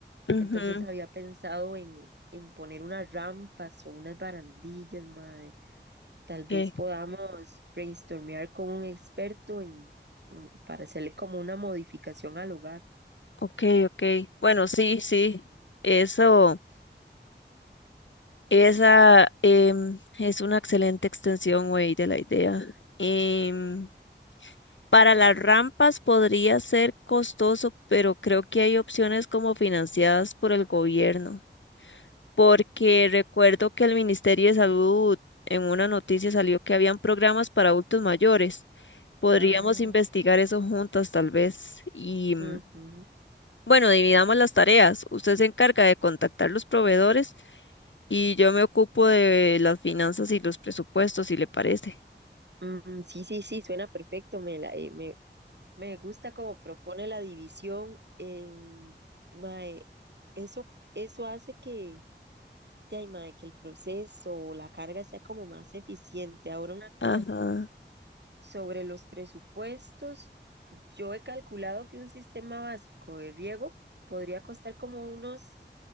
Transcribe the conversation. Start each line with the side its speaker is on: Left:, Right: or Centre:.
Left: ujú,
Right: Entonces había pensado en, en poner unas rampas o unas barandillas, mae Tal vez
Left: Ok,
Right: podamos brainstormear con un experto en, mm, para hacerle como una modificación al hogar.
Left: ok, ok. Bueno, sí, sí. Eso, esa em, es una excelente extensión, güey, de la idea. Em, para las rampas podría ser costoso, pero creo que hay opciones como financiadas por el gobierno. porque recuerdo que el Ministerio de Salud en una noticia salió que habían programas para adultos mayores. Podríamos
Right: Ah,
Left: investigar eso juntas tal vez. Y mm,
Right: ujú,
Left: bueno, dividamos las tareas. Usted se encarga de contactar los proveedores y yo me ocupo de las finanzas y los presupuestos, si le parece.
Right: mm, sí, sí, sí, suena perfecto. Me, la- eh, me, me gusta cómo propone la división. em, mae, eso, eso hace que, de ahí, mae, que el proceso o la carga sea como más eficiente. Ahora una cosa.
Left: Ajá,
Right: Sobre los presupuestos, yo he calculado que un sistema básico de riego podría costar como unos